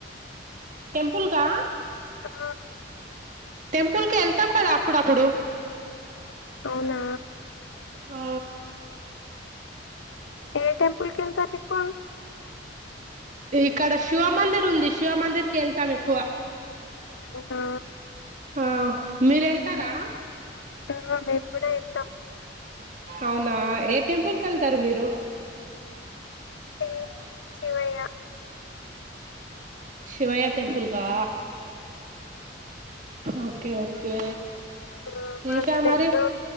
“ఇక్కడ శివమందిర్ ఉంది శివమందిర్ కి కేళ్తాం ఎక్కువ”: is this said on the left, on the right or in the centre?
Right